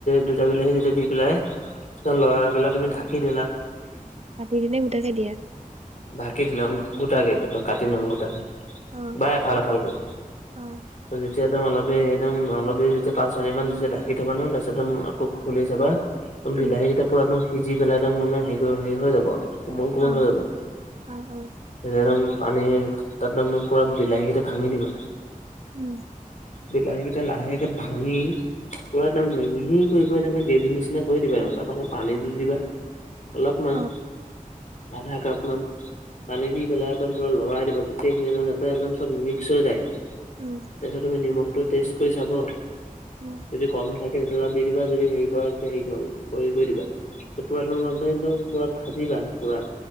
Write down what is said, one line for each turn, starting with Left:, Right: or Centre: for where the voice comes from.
Left: দুটা বিলাহী যেতিয়া দি পেলাই ত' লৰাবলাক তুমি ঢাকি দিলা।
Right: কাটি কিনি গোটাকে দিয়ে এয়াত।
Left: ঢাকি দিলা উম গোটাকে একদম কাটি নহয় গোটাকে।
Right: অ,
Left: বা এফাল এফালকৈ।
Right: অ,
Left: ত' যেতিয়া একদম অলপ দে একদম অলপ দে যেতিয়া পাঁচ মিনিট মান ঢাকি থবা নহয় তাৰপিছত একদম আকৌ খুলি চাবা বিলাহী
Right: উম,
Left: কেইটা পুৰা একদম সিজি পেলাই একম মানে হেৰি হেৰি হৈ যাব আৰু। কোমল কোমল
Right: অ,
Left: হৈ যাব। একদম
Right: অ, অ,
Left: পানী তাত একদম পুৰা বিলাহী কেইটা ভাঙি দিবা।
Right: উম।
Left: বিলাহী কেইটা লাহেকে ভাঙি পুৰা একদম মিহি কৰি কৰি এনেকে গ্ৰেভি নিচিনা নে কৰি দিবা আৰু তাত আকৌ পানী দি দিবা। অলপমান
Right: খাই পোৱা
Left: আধা কাপ মান। পানী দি পেলাই একদম পুৰা লৰাই দিবা গোটেইখিনি একদম যাতে একদম চব মিক্স হৈ যায়।
Right: উম।
Left: তাৰপিছত তুমি নিমখটো টেষ্ট কৰি চাব।
Right: উম।
Left: যদি কম থাকে তেতিয়া অলপ দি দিবা যদি হেৰি কৰা তেতিয়া হে কৰি কৰি দিবা। পুৰা অলপ টাইম একদম পুৰা ভাজিবা পুৰা।